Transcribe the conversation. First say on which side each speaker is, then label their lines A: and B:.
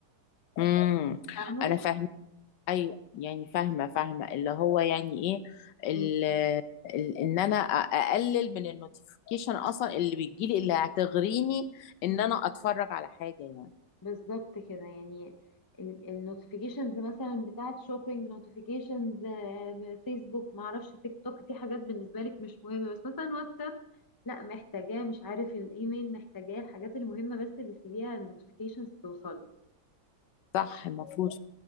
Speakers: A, on the left; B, on the left.
A: مم.
B: فاهمة؟
A: انا فاهمه ايوه يعني فاهمه فاهمه اللي هو يعني ايه
B: مم.
A: ال ال- ان انا أ- اقلل من النوتيفيكيشن اصلا اللي بتجيلي اللي هتغريني
B: مم.
A: ان انا اتفرج على حاجه يعني
B: بالظبط كده يعني ال ال notifications مثلا بتاعت shopping notifications آه، فيسبوك معرفش تيك توك دي حاجات بالنسبة لك مش مهمة بس مثلا واتساب لا محتاجاه مش عارف الايميل محتاجاه الحاجات المهمة بس اللي سيبيها ال notifications توصل
A: صح المفروض